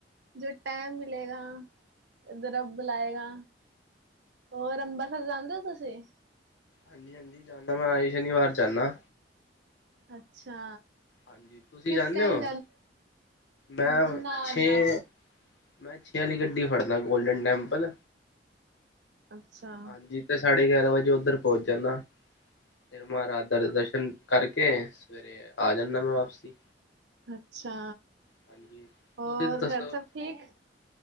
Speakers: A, on the right; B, on the left.
A: ਜਦੋਂ ਟਾਈਮ ਮਿਲੇਗਾ। ਜਦੋਂ ਰੱਬ ਬੁਲਾਏਗਾ। ਹੋਰ ਅੰਬਰਸਰ ਜਾਂਦੇ ਓ ਤੁਸੀਂ?
B: ਹਾਂਜੀ ਹਾਂਜੀ ਜਾਣਾ ਮੈਂ ਹਰ ਸ਼ਨੀਵਾਰ ਜਾਣਾ।
A: ਅੱਛਾ!
B: ਹਾਂਜੀ, ਤੁਸੀਂ
A: ਕਿਸ
B: ਜਾਂਦੇ
A: ਟਾਈਮ
B: ਹੋ
A: ਹੋ
B: ਮੈਂ
A: ਨਾ
B: ਛੇ।
A: ਨਾ
B: ਮੈਂ ਛੇ ਵਾਲੀ ਗੱਡੀ ਫੜਦਾ ਗੋਲਡਨ ਟੈਂਪਲ
A: ਅੱਛਾ
B: ਹਾਂਜੀ ਫੇਰ ਸਾਢੇ ਗਿਆਰਾਂ ਵਜੇ ਉੱਧਰ ਪਹੁੰਚ ਜਾਣਾ ਫਿਰ <unintelligible> ਕਰਕੇ ਸਵੇਰੇ ਆ ਜਾਣਾ ਮੈਂ ਵਾਪਸੀ।
A: ਅੱਛਾ
B: ਹਾਂਜੀ
A: ਹੋਰ
B: ਤੁਸੀ ਤਾਂ ਦੱਸੋ।
A: ਘਰ ਸਭ ਠੀਕ